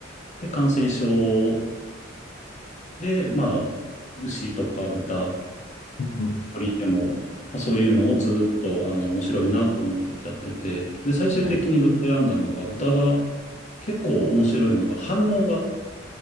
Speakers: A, on the left; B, on the left.
A: で、感染症で、まあ、牛とか豚、
B: うんうん
A: 鳥でも、まあ、そういうのをずっと、あの、面白いなと思っててやってて、で、最終的に豚選んだのが、
B: はい。
A: 豚が結構面白いのが、反応が、